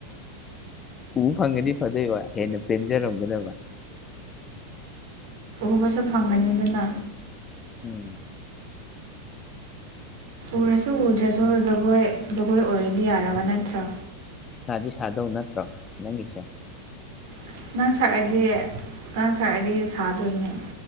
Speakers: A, on the left; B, on the right.
A: ꯎ ꯐꯪꯒꯗꯤ ꯐꯗꯣꯏꯕ ꯍꯦꯟꯅ ꯄꯦꯟꯖꯔꯝꯒꯗꯕ
B: ꯎꯕꯁꯨ ꯐꯪꯒꯅꯤ ꯑꯗꯨꯅ
A: ꯎꯝ
B: ꯎꯔꯁꯨ ꯎꯗ꯭ꯔꯁꯨ ꯖꯒꯣꯏ ꯖꯒꯣꯏ ꯑꯣꯏꯔꯗꯤ ꯌꯥꯔꯕ ꯅꯠꯇ꯭ꯔꯣ
A: ꯁꯥꯗꯤ ꯁꯥꯗꯧ ꯅꯠꯇ꯭ꯔꯣ ꯅꯪꯒꯁꯤꯦ
B: ꯑꯁ ꯅꯪ ꯁꯔꯛꯑꯗꯤ ꯅꯪ ꯁꯔꯛꯑꯗꯤ ꯁꯥꯗꯣꯏꯅꯦ